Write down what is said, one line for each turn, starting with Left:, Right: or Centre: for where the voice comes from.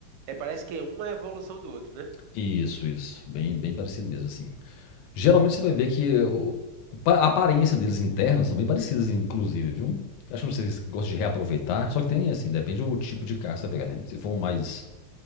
Right: É, parece que é uma evolução do outro, né?
Left: Isso, isso, bem, bem parecido mesmo, assim. Geralmente você vai ver que o- o pa- a aparência deles internas são bem parecidas, inclusive, viu? Acho que vocês gostam de reaproveitar, só que tem, assim, depende do tipo de carro que você vai pegar, né? Se for um mais